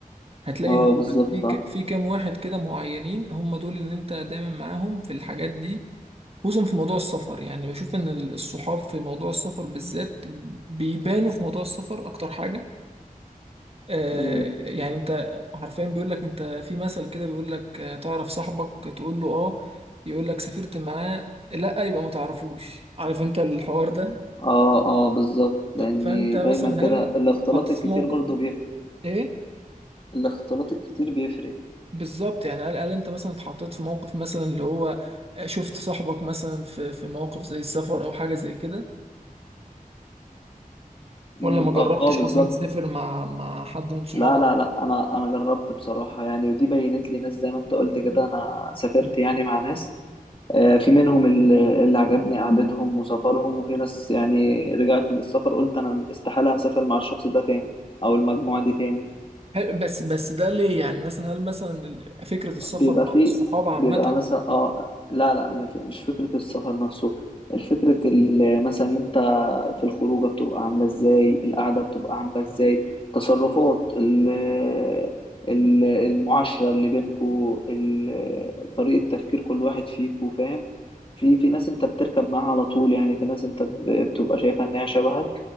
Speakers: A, on the right; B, on the left.
A: هتلاقي
B: اه
A: اللي هو
B: بالظبط
A: في
B: فاهم
A: ك- في كام واحد كده معينين هم دول ان انت دايما معاهم في الحاجات دي خصوصا في موضوع السفر يعني بشوف ان الصحاب في موضوع السفر بالذات بيبانوا في موضوع السفر اكتر حاجه آه،
B: امم
A: يعني انت حرفيا بيقول لك انت في مثل كده بيقول لك آه، تعرف صاحبك تقول له اه يقول لك سافرت معاه لا يبقى ما تعرفوش عارف انت الحوار ده
B: اه اه بالظبط لاني
A: ف- فانت مثلا
B: دايما كده
A: هل
B: الاختلاط
A: اتحطيت
B: الكتير
A: في موقف
B: برضو بيفرق
A: ايه
B: الاختلاط الكتير بيفرق
A: بالظبط يعني هل هل انت مثلا اتحطيت في موقف مثلا اللي هو آه، شفت صاحبك مثلا في في مواقف زي السفر او حاجه زي كده
B: امم
A: ولا ما جربتش
B: اه آه، بالظبط
A: اصلا تسافر مع مع حد من صحابك
B: لا لا لا انا انا جربت بصراحة يعني ودي بينت لي ناس زي ما انت قلت كده انا سافرت يعني مع ناس آه، في منهم ال- اللي عجبني قعدتهم وسفرهم وفي ناس يعني رجعت من السفر قلت انا استحالة هسافر مع الشخص ده تاني او المجموعة دي تاني
A: حلو، بس بس ده ليه يعني مثلا هل مثلا فكرة السفر
B: بيبقى
A: مع
B: فيه
A: الصحاب عامة
B: بيبقى مثلا اه لا لا مف- مش فكرة السفر نفسه الفكرة ال- مثلا انت في الخروجة بتبقى عاملة ازاي القعدة بتبقى عاملة ازاي تصرفات ال- ال- المعاشرة اللي بينكو ال- طريقة تفكير كل واحد فيكو فاهم في في ناس انت بتركب معاها على طول يعني في ناس انت ب- بتبقى شايفها ان هي شبهك